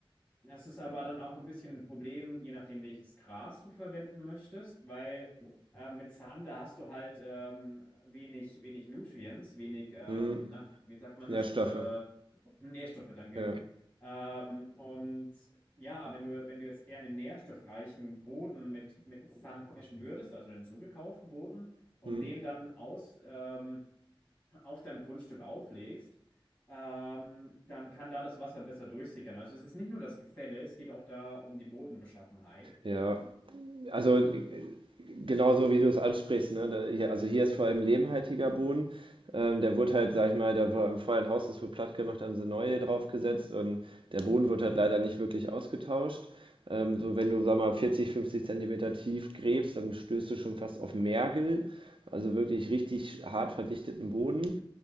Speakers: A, on the left; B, on the right.
A: Das ist aber dann auch ein bisschen ein Problem, je nachdem, welches Gras du verwenden möchtest, weil ähm, mit Sand, da hast du halt ähm, wenig, wenig Nutrients, wenig, ähm,
B: Hm.
A: na, wie sagt man
B: Nährstoffe.
A: das? Äh, Nährstoffe, danke.
B: Ja.
A: Ähm, und ja, wenn du, wenn du jetzt eher einen nährstoffreichen Boden mit, mit Sand mischen würdest, also einen zugekauften Boden, um
B: Hm.
A: den dann aus, ähm, auf dein Grundstück auflegst, ähm, dann kann da das Wasser besser durchsickern. Also es ist nicht nur das Gefälle, es geht auch da um die Bodenbeschaffenheit.
B: Ja. Also äh, genauso wie du es ansprichst, ne? Da, hier, also hier ist vor allem lehmhaltiger Boden. Ähm, der wurde halt, sag ich mal, da war vorher ein Haus, das wurde platt gemacht, haben sie neue draufgesetzt und der Boden wird halt leider nicht wirklich ausgetauscht. Ähm, so wenn du, sag mal, 40, 50 Zentimeter tief gräbst, dann stößt du schon fast auf Mergel, also wirklich richtig hart verdichteten Boden.